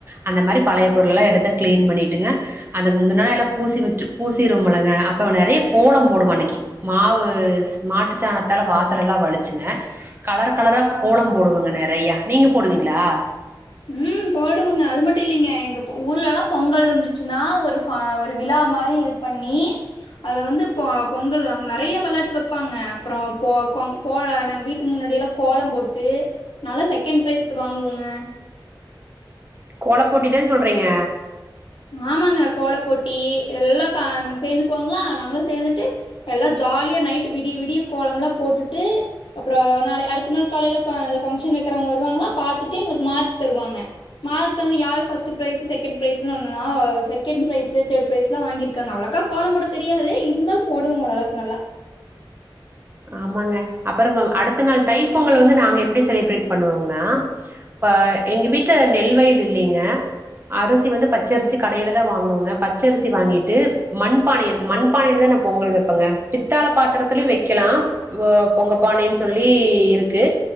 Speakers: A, on the right; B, on the left.
A: அந்த மாதிரி பழைய பொருள் எல்லாம் எடத்த கிளீன் பண்ணிட்டுங்க அதுக்கு முந்த நாள எல்லாம் பூசி வ பூசிரும் முலங்க அப்பறம் நெறைய கோலம் போடும் அன்னைக்கு மாவு மாட்டு சாணத்தால வாசல எல்லாம் வலிச்சுங்க கலர் கலரா கோலம் போ ங்க நே ரைய்யா நீங்க போடுவீங்களா
B: உம் போடுங்க அது மட்டும் இல்லலைங்க எங்க ஊர்ல எல்லாம் பொங்கல் வந்துருச்சுன்னா ஒரு ஒரு விழா மாதிரி இது பண்ணி அதுல வந்து பொங்கல் அங்க நெறைய வெளாட்டு வைப்பாங்க அப்புறம் போல நாங்க வீட்டுக்கு முன்னாடிய எல்லாம் கோலம் போட்டு நாலாம் செகண்ட் பிரைஸ் வாங்குவோங்க
A: கோல போட்டிதானே சொல்றீங்க
B: ஆமாங்க கோலப்போட்டி இதெல்லாம் கா நாங்க சேர்ந்துக்குவோங்களா நாங்களும் சேர்ந்துட்டு எல்லாம் ஜாலியா நைட்டு் விடிய விடிய கோலம் எல்லாம் போட்டுட்டு அப்புறம் நாளை அடுத்த நாள் காலையில பங்க்ஷன் வைக்கறவங்க வருவாங்களா பாத்துட்டு எங்களுக்கு மார்க் தருவாங்க மார்க் தந்து யாரு first prize second prize second prize third prize எல்லாம் வாங்கியிருக்காங்க அவ்ளக்கா கோலம் போட தெரியாது இருந்தும் போடுவங்க ஓரளவுக்கு நல்லா
A: ஆமாங்க அப்புறமா அடுத்த நாள் தைப்பொங்கல் வந்து நாங்க எப்படி செலிப்ரேட் பண்ணுவோம்னா இப்ப எங்க வீட்ல நெல்வயல் இல்லங்க அரிசி வந்து பச்சரிசி கடையையில் தான் வாங்குவோங்க பச்சரிசி வாங்கிட்டு மண்பானை இருக்கு மண்பான பொங்கல் வைப்பங்க பித்த பாத்திரத்த வைக்க கெலாம் ஹ பொங்கப்பானைன்னு சொல்லி இருக்கு